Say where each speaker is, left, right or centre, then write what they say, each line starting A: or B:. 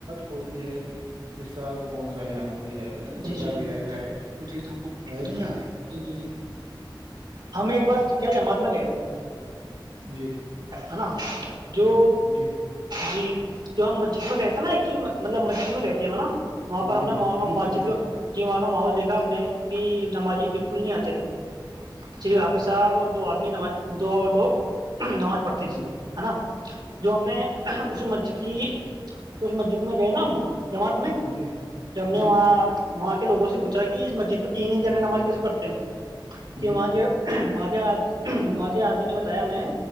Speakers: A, on the right; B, on the right.
A: ہوتی ہے کہ اس سال کون سا جانور لیا جائے
B: جی
A: بکرا
B: جی
A: لیا جائے ہے
B: جی جی
A: ہے کہ نا
B: جی جی جی ہمیں ایک بار کیا جماعت میں گئے تھے
A: جی
B: ہے نا جو
A: جی
B: جی کی ہم مسجد میں گئے تھے نا ایک کہ مطلب مسجد میں گئے تھے ہیں ہم نا وہاں پر
A: جی
B: ہم نے وہاں کا
A: جی
B: مسجد
A: جی
B: کا جی وہاں کا ماحول دیکھا ہم نے کہ <inaudible> نمازی بالکل نہیں آتے جی حافظ صاحب اور دو آدمی نماز دو اور لوگ نماز پڑھتی
A: جی
B: تھی ہے نا جو ہم نے اس مسجد کی اس مسجد میں گئے نا ہم جمت میں
A: جی
B: جم نے
A: ہ
B: وہاں ووں سے پچھا کہ اس مسجد میں ت
A: جی
B: نماز کیسے پڑھتے ہیں
A: جی
B: کہ وہاں کے وہاں کے وہاں کے آدمی نے بتایا میں